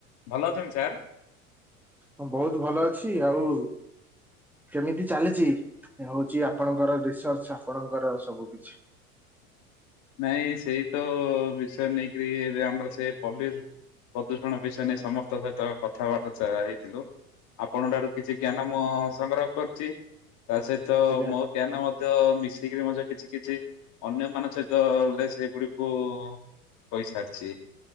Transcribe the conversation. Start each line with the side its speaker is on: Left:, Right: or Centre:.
Left: ଭଲ ଅଛନ୍ତି ସାର୍?
Centre: ହଁ ବହୁତ ଭଲ ଅଛି, ଆଉ କେମିତି ଚାଲିଚି? ଏ ହଉଛି ଆପଣଙ୍କର ରିସର୍ଚ୍ଚ ଆପଣଙ୍କର ସବୁ କିଛି?
Left: ନାଇଁ ସେଇ ତ ବିଷୟରେ ନେଇକିରି ଏବେ ଆମର ସେ ପୋଲିସି ପ୍ରଦୂଷଣ ବିଷୟ ନେଇ ସମସ୍ତଙ୍କ ସହିତ କଥାବାର୍ଛା ହେଇଥିଲୁ। ଆପଣଙ୍କ ଠାରୁ କିଛି ଜ୍ଞାନ ମୋ ସଂଗ୍ରହ କରଛି, ତା ସହି ତ
Centre: ଆଜ୍ଞା
Left: ମୋ ଜ୍ଞାନ ମଧ୍ୟ ମିଶିକିରି ମଧ୍ୟ କିଛି କିଛି ଅନ୍ୟମାନଙ୍କ ସହିତ ରେ ସେଗୁଡିକୁ କହି ସାରିଛି।